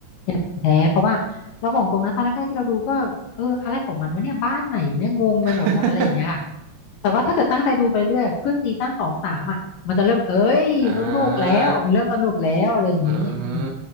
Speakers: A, on the left (about 70°); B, on the right (about 65°).
A: อย่างแท้เพราะว่าเราบอกตรงนะตอนแรกๆที่เราดูก็เอออะไรของมันวะเนี่ยบ้านไหนอยู่เนี่ยงงไปหมดแล้วอะไรอย่างเงี้ยค่ะ
B: <laughs>
A: แต่ว่าถ้าเกิดตั้งใจดูไปเรื่อยอะขึ้นซีซั่นสองสามอ่ะมันจะเริ่มเอ้ยสนุกแล้วมันเริ่มสนุกแล้วอะไรอย่างงี้อืม
B: อ่าอืม